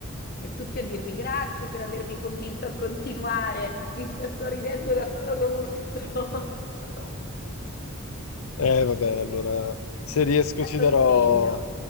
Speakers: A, on the left; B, on the left.
A: e tutti a dirmi grazie per avermi convinto a continuare, mi sto sto ridendo da solo come uno stronzo,
B: Eh, vabbè, allora se
A: <laughs>
B: riesco
A: te la
B: ci
A: consiglio.
B: darò,